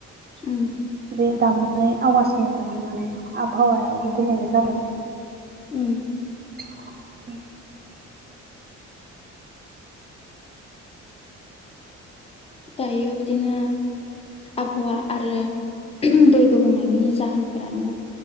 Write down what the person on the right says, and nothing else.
बे दामनानै आवाजनिफ्रायनो माने आबहावायो गुबुंले जादों
<inaudible>